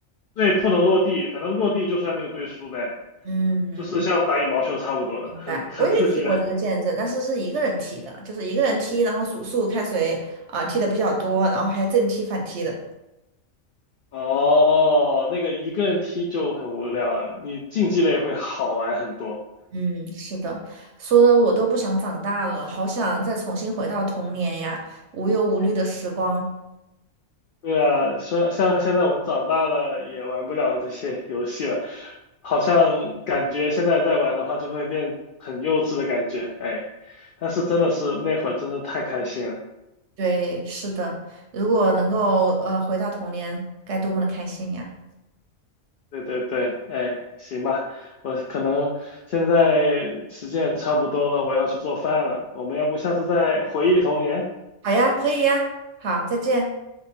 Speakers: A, on the left; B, on the right.
A: 对，不能落地，反正落地就算那个队输呗，
B: 嗯，
A: 就是像打羽毛球差不多的，很很刺激的。
B: 对，我也踢过这个毽子，但是是一个人踢的，就是一个人踢，然后数数看谁啊、踢的比较多，然后还正踢反踢的。
A: 哦，那个一个人踢就很无聊了，你竞技类会好玩很多。
B: 嗯，是的，说的我都不想长大了，好想再重新回到童年呀，无忧无虑的时光。
A: 对啊，像像现在我们长大了也玩不了这些游戏了，好像感觉现在再玩的话就会变很幼稚的感觉，哎，但是真的是那会儿真的太开心了。
B: 对，是的，如果能够呃回到童年，该多么的开心呀！
A: 对对对，哎，行吧，我可能现在时间也差不多了，我要去做饭了。我们要不下次再回忆童年？
B: 好呀，可以呀，好，再见。